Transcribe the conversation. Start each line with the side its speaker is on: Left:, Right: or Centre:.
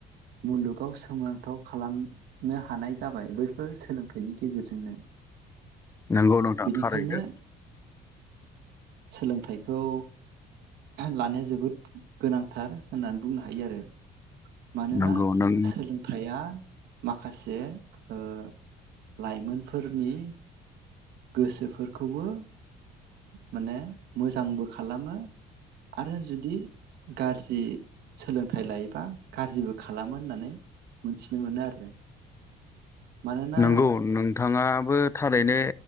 Right: मुलुगाव सोमोनांथाव खालामनो हानाय जाबाय बैफोर सोलोंथाइनि गेजेरजोंनो
Left: नंगौ नोंथां
Right: बेनिखायनो
Left: थारैनो
Right: सोलोंथाइखौ लानाया जोबोद गोनांथार होननानै बुंनो हायो आरो। मानोना
Left: नंगौ नों
Right: सोलोंथाइया माखासे ओ लाइमोनफोरनि गोसोफोरखौबो माने मोजांबो खालामो आरो जुदि गाज्रि सोलोंथाइ लायोबा गाज्रिबो खालामो होननानै मिथिनो मोनो आरो मानोना
Left: नंगौ नोंथाङाबो थारैनो